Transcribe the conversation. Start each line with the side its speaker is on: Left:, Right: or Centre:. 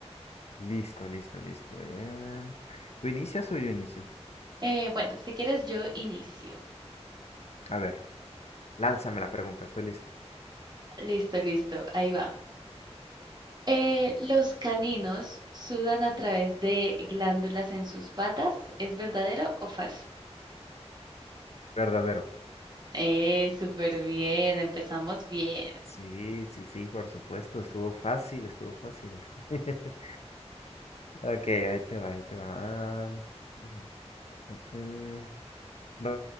Left: Listo, listo, listo. em. ¿tú inicias o yo inicio?
Right: Eh, bueno, si quieres yo inicio.
Left: A ver, lánzame la pregunta, estoy listo.
Right: Listo, listo, ahí va. Eh, los caninos sudan a través de glándulas en sus patas. ¿Es verdadero o falso?
Left: Verdadero.
Right: Eh, súper bien, empezamos bien.
Left: Sí, sí, sí, por supuesto, estuvo fácil, estuvo fácil. <laughs> Ok, ahí te va, ahí te va. ah, ujú, mm, Va